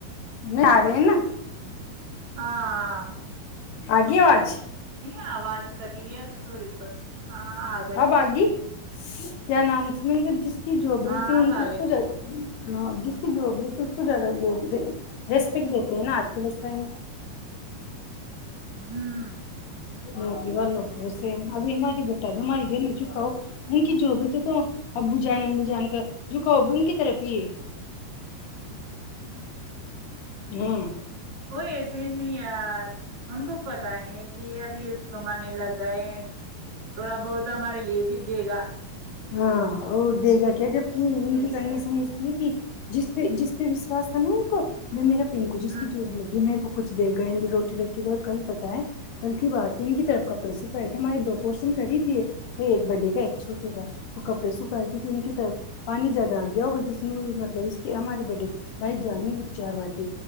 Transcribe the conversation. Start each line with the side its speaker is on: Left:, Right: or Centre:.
Left: میں آ رہی ہ نا
Right: ہاں
Left: آگے آج
Right: نہیں آواز کٹی ہے پ تھوڑی پت ہاں آگھے
Left: اب آگی کیا نام س میں ان کا جس <unintelligible> کی جو بریتی
Right: ہاں اب آ
Left: اس
Right: گئے
Left: کو جس <unintelligible> جو ہوگی تو اس کو زیادہ لوگ ریسپیکٹ دیتے ہیں نا آج کل اس ٹائم
Right: ہوں
Left: نوکری والو بہت سے ہیں ابھی ہماری بتا دو ہماراری گھر میں جکاؤ ان کی جو بھی تو تو ابو جان امی جان کر جکاؤ بھی ان کی طرف ہی ہے۔ ہوں
Right: وہئی ایسے ہی نہیں یار ان کو پتا ہے کہ ابھی کمانے لگ گئے تھوڑا بہت ہمارے لیے بھی دے گا
Left: ہاں اور دے گا کیا جب کہ ان
Right: ایسے
Left: کی کنڈیشن ایسی ہے کہ جس پہ جس پہ وشواس تھا نا ان کو میں میرا پنکو جس
Right: ہاں
Left: کی جوب لگی میرے کو کچھ دے گئے روٹی رکھیے گئے کل پت ہے ہلک بارتیین کی طرف کپڑے س مے د پوشن کر ہی دیے بھائی ایک بڈے کا ایک چھوٹے کا تو کپڑے سکھائے تھے تو ان کی طرف پانی زیادہ آ گیا ہوا جس میں مطلب اس کے ہمارے بے بھائی جانی چار بات